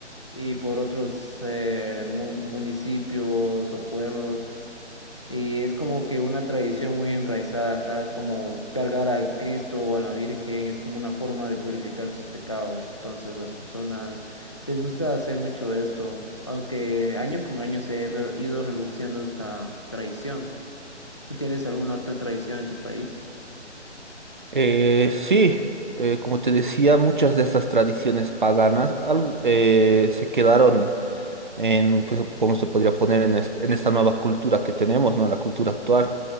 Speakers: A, on the left; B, on the right.
A: y por otros eh, mun- municipios o pueblos. Y es como que una tradición muy enraizada acá, es como cargar a Cristo o a la Virgen, es como una forma de purificar tus pecados. Entonces las personas les gusta hacer mucho esto, aunque año con año se ha re- ido reduciendo esta tradición. ¿Tú tienes alguna otra tradición en tu país?
B: Eh, sí, eh, como te decía, muchas de estas tradiciones paganas al- eh, se quedaron en, ¿qué se- ¿cómo se podría poner en, est- en esta nueva cultura que tenemos, ¿no? La cultura actual.